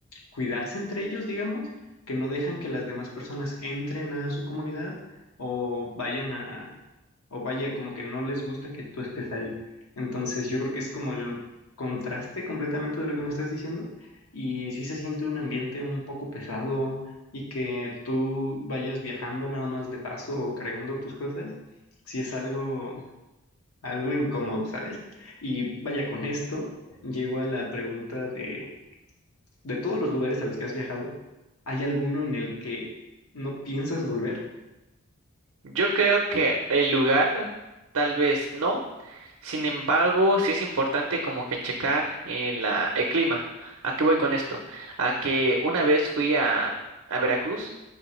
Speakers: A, on the left; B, on the right.
A: cuidarse entre ellos, digamos, que no dejan que las demás personas entren a su comunidad o vayan a, o vaya, como que no les gusta que tú estés ahí. Entonces, yo creo que es como el contraste completamente de lo que me estás diciendo. Y sí se siente un ambiente un poco pesado y que tú vayas viajando nada más de paso o cargando tus cosas, sí es algo algo incómodo, ¿sabes? Y vaya, con esto llego a la pregunta de, de todos los lugares a los que has viajado, ¿hay alguno en el que no piensas volver?
B: Yo creo que el lugar tal vez no. Sin embargo, sí es importante como que checar eh, la, el clima. ¿A qué voy con esto? A que una vez fui a, a Veracruz